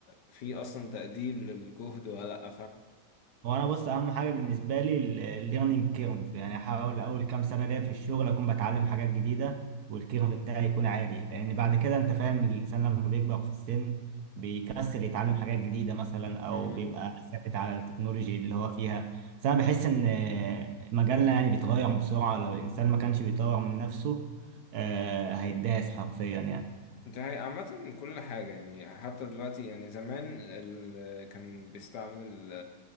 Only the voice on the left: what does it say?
في اصلا تقدير للجهد ولا لأ
فاهم
ده هي عامة كل حاجة يعني حتى دلوقتي يعني زمان ال... كان بيستعمل ال...